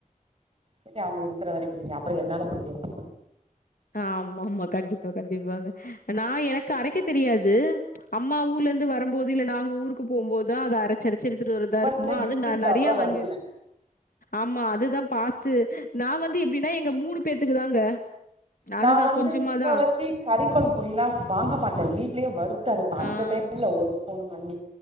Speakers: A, on the right; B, on the left.
A: செரி அவுங்க இருக்கிற வரைக்கு அப்புறம் என்னால முடிஞ்ச <inaudible>
B: ஆமா ஆமா கண்டிப்பா கண்டிப்பாங்க நா எனக் அரைக்க தெரியாது அம்மா ஊர்ல இருந்து வரும்போது இல்ல நாங்க ஊருக்கு போகும் போதான் அது அர ச்சு அரச்சு எடுத்துட்டு வருதா
A: இப்ப
B: இருக்குமா
A: என்ன யூடியூப்ல
B: அது ந நறையா
A: அவ்வளவு
B: வாங்கி
A: வருது இல்லைங்க
B: ஆமா அதுதான் பாத்து நா வந்து எப்டின்னா எங்க மூனு பேத்துக்கு தாங்க
A: நா
B: அதுதான்
A: வந்து
B: கொஞ்சமா
A: முக்கா
B: தான்.
A: வாசி கறிக் கொழம்பு பொடி எல்லாம் வாங்க மாட்டேன் வீட்லயே வருறுத்தரைப்பன் அடுத்த
B: ஆ.
A: டைம்ல ஒரு ஸ்பூன் பண்ணி